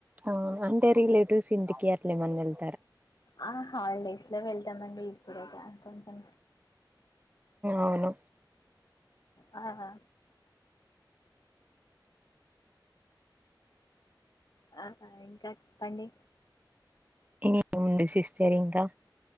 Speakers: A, on the right; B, on the left.
A: ఆ అంటే రిలేటివ్స్ ఇంటికి అట్ల ఏమన్నా ఎల్
B: ఆ హాలిడేస్ లో వెళ్ వెళ్తామండి ఇప్పుడొక కొంచెం
A: అవును
B: ఆ ఆ ఇం ఇంకా చెప్పండి
A: ఎముంది సిస్టర్ ఇంకా